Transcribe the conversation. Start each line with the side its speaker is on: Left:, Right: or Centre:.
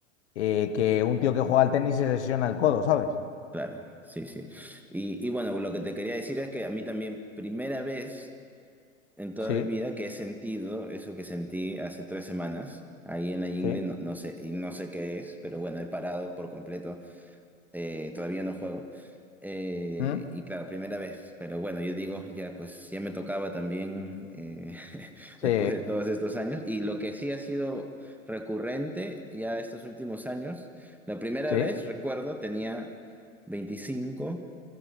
Left: eh, que un tío que juega al tenis y se lesiona el codo, ¿sabes?
Centre: Claro, sí, sí. Y, y bueno, lo que te quería decir es que a mí también, primera vez en toda
Left: Sí,
Centre: mi vida que he sentido eso que sentí hace tres semanas, ahí en la ingle,
Left: sí.
Centre: no, no sé, y no sé qué es, pero bueno, he parado por completo eh, todavía no juego. Eh,
Left: ¿Mm?
Centre: y claro, primera vez, pero bueno, yo digo, ya pues ya me tocaba también eh, <laughs>
Left: Sí.
Centre: después de todos estos años. Y lo que sí ha sido recurrente ya estos últimos años, la primera
Left: Sí,
Centre: vez, recuerdo, tenía veinticinco